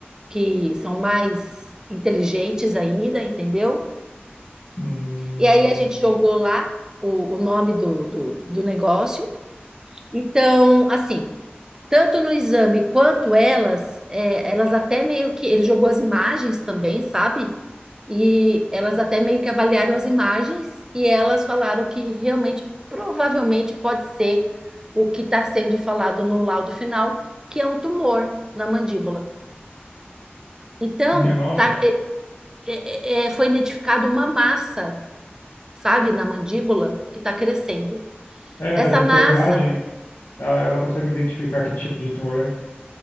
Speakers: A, on the right (about 15°); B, on the left (about 85°).
A: que são mais inteligentes ainda, entendeu?
B: Hum,
A: E aí a gente jogou lá o, o nome do, do, do negócio. Então, assim, tanto no exame quanto elas, é, elas até meio que. Ele jogou as imagens também, sabe? E elas até meio que avaliaram as imagens e elas falaram que realmente, provavelmente, pode ser o que está sendo falado no laudo final, que é um tumor na mandíbula. Então,
B: minha nossa.
A: tá, é, é, é, é, foi identificado uma massa, sabe, na mandíbula que está crescendo.
B: É,
A: Essa
B: mas
A: massa.
B: pela imagem, ela, ela consegue identificar que tipo de tumor é.